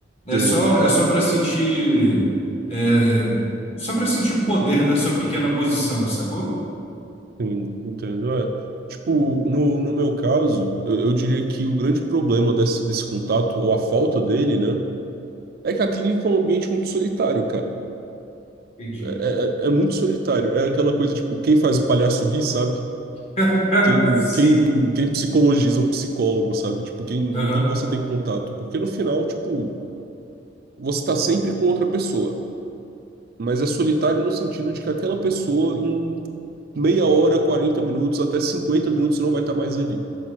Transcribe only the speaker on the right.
Você
Entendo, entendo, é. Tipo, no, no meu caso, eu, eu diria que o grande problema desse, desse contato, ou a falta dele, né, é que a clínica é um ambiente muito solitário, cara.
É, é, é é muito solitário. É aquela coisa, tipo, quem faz o palhaço rir, sabe?
Quem,
quem, quem psicologiza o psicólogo, sabe? Tipo, quem,
com quem você tem contato. Porque no final, tipo, você tá sempre com outra pessoa. Mas é solitário no sentido de que aquela pessoa, em meia hora, 40 minutos, até 50 minutos, não vai estar mais ali.